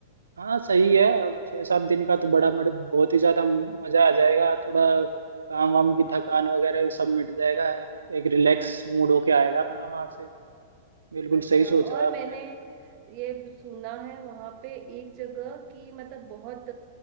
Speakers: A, on the right; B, on the right.
A: हाँ सही है अब छः सात दिन का तो बड़ा मड़- बहुत ही ज्यादा मजा आ जाएगा थोड़ा काम वाम की थकान वगैरह ये सब मिट जाएगा एक रिलैक्स मूड होके आएगा अपना वहाँ से बिल्कुल
B: अच्छा
A: सही सोचा
B: और
A: आपने
B: मैंने ये सुना है वहां पे एक जगह की मतलब बहुत